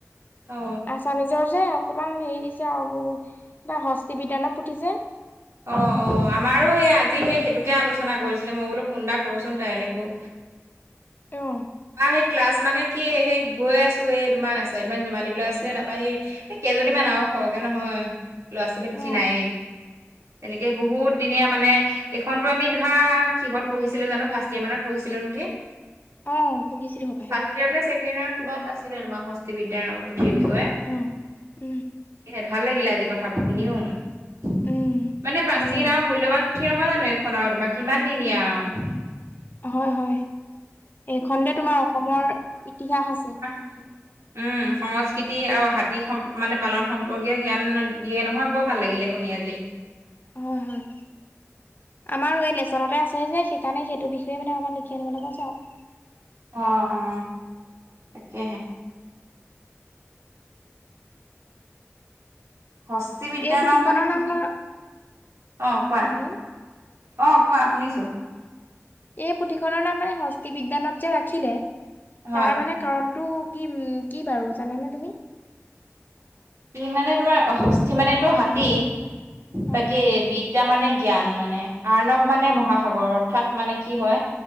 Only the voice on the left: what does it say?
আছামিজৰ যেক অকণমান হেৰি দিছে আৰু কিবা হস্তি বিদ্যানত পঠিছে
অ'
অ
অ', পঢ়িছিলো হপায়
অ', উম
উম,
ভাল লাগিলে
হয় হয় এইেই খতে তোমাৰ অসমৰ ইতিহাস আছে
হয় হয় আমাৰ এই লেচনতে আছে যে তণে সেইটো বিষয়ে মানে অকমান লি আনিব কৈছে আৰু
এই পুথিখনৰ
মা-
হেল্ল'
এই পুথিখনৰ নাম মানে হস্তি বিদ্যানবত যে ৰাখিলে
তাৰ মানে কাৰণটো কি কি বাৰু জানানে তুমি
হয়,
হয়,